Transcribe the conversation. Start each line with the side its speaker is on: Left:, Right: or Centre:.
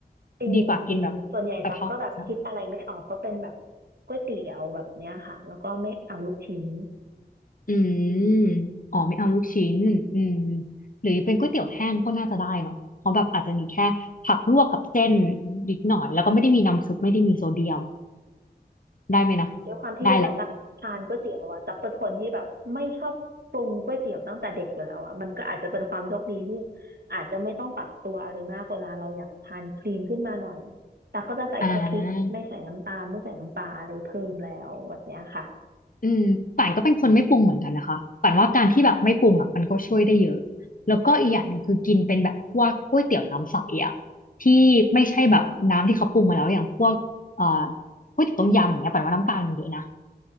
Right: จริงจริงส่วนใหญ่ตักก็แบบคิดอะไรไม่ออกก็เป็นแบบ
Left: ดีกว่ากินแบบกะเพราหมูสับ
Right: ก๋วยเตี๋ยวแบบเนี้ยค่ะแล้วก็ไม่เอาลูกชิ้น
Left: อืมอ๋อไม่เอาลูกชิ้นอืมหรือเป็นก๋วยเตี๋ยวแห้งก็น่าจะได้เนาะเพราะแบบอาจจะมีแค่ผักลวกกับเส้นนิดหน่อยแล้วก็ไม่ได้มีน้ำซุปไม่ได้มีโซเดียมได้ไหมนะ
Right: ด้วยความที่เวลาตักทานก๋วยเตี๋ยวอ่ะตักเป็นคนที่แบบไม่ชอบปรุงก๋วยเตี๋ยวตั้งแต่เด็กอยู่แล้วอ่ะมันก็อาจจะเป็นความโชคดีที่
Left: ได้แหละ
Right: อาจจะไม่ต้องปรับตัวอะไรมากเวลาเราอยากทานคลีนขึ้นมาหน่อยตักก็จะใส่แค่พริกไม่ใส่น้ำตาลไม่ใส่น้ำปลาอะไรเพิ่มแล้วแบบเนี้ยค่ะ
Left: อ่า อืมป่านก็เป็นคนไม่ปรุงเหมือนกันนะคะป่านว่าการที่แบบไม่ปรุงอ่ะมันก็ช่วยได้เยอะแล้วก็อีกอย่างหนึ่งคือกินเป็นแบบพวกก๋วยเตี๋ยวน้ำใสอ่ะที่ไม่ใช่แบบน้ำที่เขาปรุงมาแล้วอย่างพวกเอ่อก๋วยเตี๋ยวต้มยำอย่างเงี้ยป่านว่าน้ำตาลมันเยอะนะ